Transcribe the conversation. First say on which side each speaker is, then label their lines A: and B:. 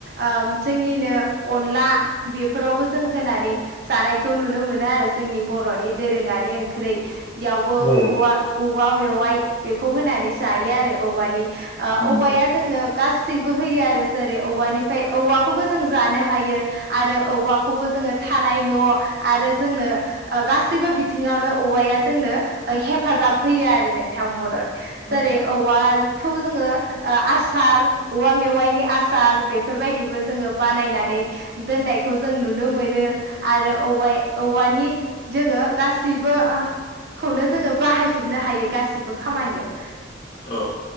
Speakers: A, on the right; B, on the left.
A: ओ जोंनिनो अनला बेफोरावबो जों होनानै जानायखौ नुनो मोनो आरो जोंनि बर'नि दोरोङारि ओंख्रै बेयावबो
B: औ
A: औवा औवा मेवाइ बेखौ होनानै जायो आरो औवा
B: नंगौ
A: ओ औया जोंनो गासैबो होयो आरो जेरै औवानिफ्राय औवाखौबो जों जानो ह हायो आरो औवाखौबो जोङो थानाय न' आरो जोंनो ओ गासैबो बिथिङावनो औवाय जोंनो हेफाजाब होयो आरो नोंथां मदद
B: औ
A: जेरै औवा खौबो जोङो ओ आसार औवा मेवाइनि आसार बेफोरबायदिबो जोङो बानायनानै दोननायखौ जों नुनो मोनो आरो औवा औवानि जोङो गासैबो खौनो जोङो बाहायजोबनो हायो गासिबो खामानियाव।
B: औ